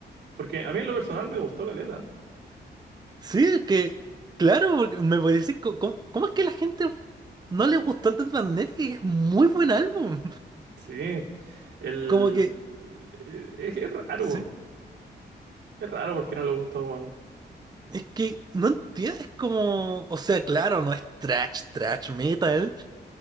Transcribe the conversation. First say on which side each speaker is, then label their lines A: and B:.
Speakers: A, on the right; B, on the right.
A: Porque a mí en lo personal me gustó Caleta.
B: Sí, es que, claro, porque me parece, co- co- ¿cómo, es que la gente no le gustó el Death Magnetic? Es muy buen álbum.
A: Sí,
B: <laughs>
A: el,
B: Como que,
A: el- eh, es, es raro,
B: sí.
A: es raro porque no le gusta, weón.
B: Es que no entiendes como, o sea, claro, no es trash, trash metal,